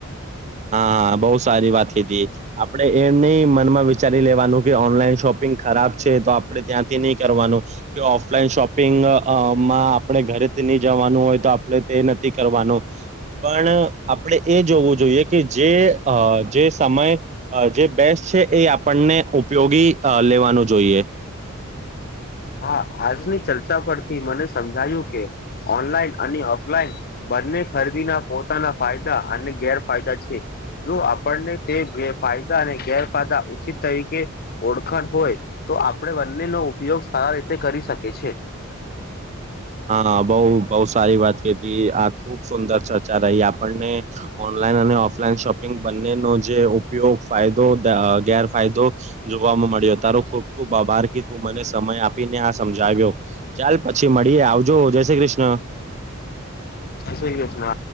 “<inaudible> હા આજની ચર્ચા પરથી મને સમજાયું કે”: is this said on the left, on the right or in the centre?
Left